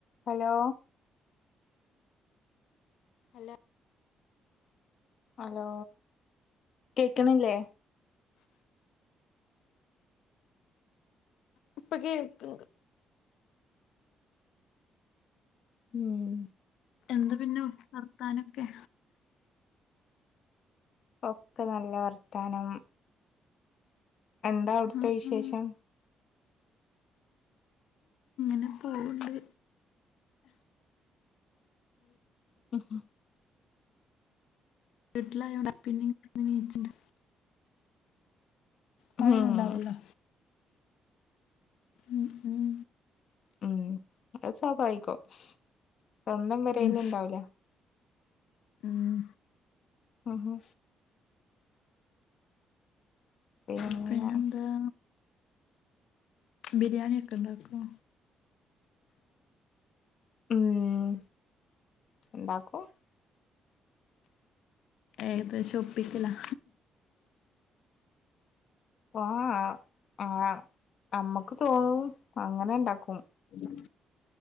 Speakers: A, on the left (about 60°); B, on the left (about 80°).
A: Hello
B: hello
A: hello കേക്ക്ണില്ലേ?
B: <inaudible> ഇപ്പൊ കേക്ക്ണ്ട്
A: ഉം
B: എന്ത പിന്നെ വർത്താനൊക്കെ?
A: ഒക്കെ നല്ല വർത്താനം. എന്താ അട്ത്തെ
B: ആ ആ
A: വിശേഷം?
B: നെ പ്പോവ്ണ്ട്.
A: ഉം ഹ്
B: വീട്ടിലായൊണ്ട് പിന്നെ <unintelligible> നീച്ച്ണെ പണ്യൊന്നുണ്ടാവൂലല്ലോ.
A: ഉം
B: ഉം ഉം
A: ഉം അത് സ്വാഭാവികം സ്വന്തം പെരേല്ണ്ടാവൂല.
B: ഉം ഉം
A: ഉം ഹ് പിന്നെ
B: പിന്നെന്താ? ബിരിയാണ്യാക്കെണ്ടാക്കോ?
A: ഉം ഇണ്ടാക്കും.
B: ഏകദേശൊപ്പിക്കലാ.
A: ആഹ് ആഹ് ന് അമ്മക്ക് തോന്നും അങ്ങനെണ്ടാക്കും.
B: ഉം.